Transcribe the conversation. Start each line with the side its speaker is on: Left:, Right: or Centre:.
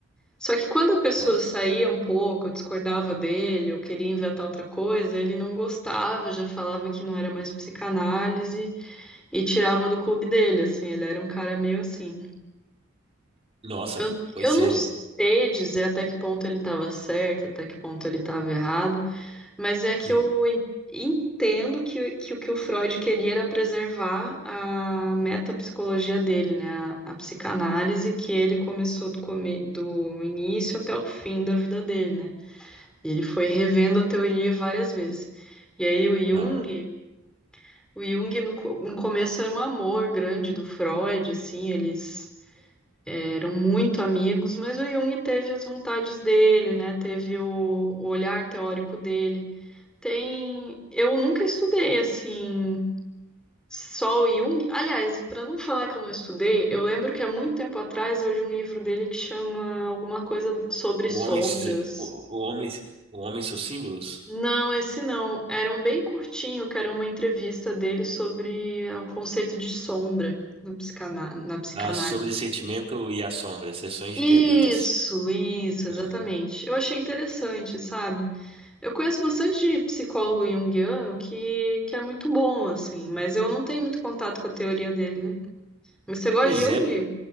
Centre: Só que quando a pessoa
Right: Ah.
Centre: saía um pouco, discordava dele, ou queria inventar outra coisa, ele não gostava, já falava que não era mais psicanálise e tirava do clube dele, assim. Ele era um cara meio assim.
Right: Nossa,
Centre: Eu,
Right: pois
Centre: eu não
Right: é. ele-
Centre: sei
Right: é,
Centre: dizer até que ponto ele estava certo, até que ponto ele estava errado. Mas é que
Right: Hum.
Centre: eu en- entendo que, que o que o Freud queria era preservar a metapsicologia dele, né? A, a psicanálise que ele começou do, come, do início até o fim da vida dele, né? E ele foi revendo a teoria várias vezes. E aí o Jung,
Right: Ah.
Centre: o Jung no, co- no começo era um amor grande do Freud, assim, eles eram muito amigos, mas o Jung teve as vontades dele, né? Teve o o olhar teórico dele. Tem. Eu nunca estudei assim, só o Jung. Aliás, para não falar que eu não estudei, eu lembro que há muito tempo atrás eu li um livro dele que chama alguma coisa sobre
Right: O
Centre: sombras.
Right: homem, se- o, o homem, o homem e seus símbolos?
Centre: Não, esse não. Era um bem curtinho, que era uma entrevista dele sobre o conceito de sombra na psicana... na psicanálise.
Right: Ah, sobre sentimento e a sombra, sessões
Centre: Isso,
Right: de perguntas.
Centre: isso, exatamente.
Right: Uhum.
Centre: Eu achei interessante, sabe? Eu conheço bastante psicólogo junguiano que, que é muito bom, assim, mas eu não tenho muito contato com a teoria dele, né? Mas você gosta
Right: Pois
Centre: de Jung?
Right: é,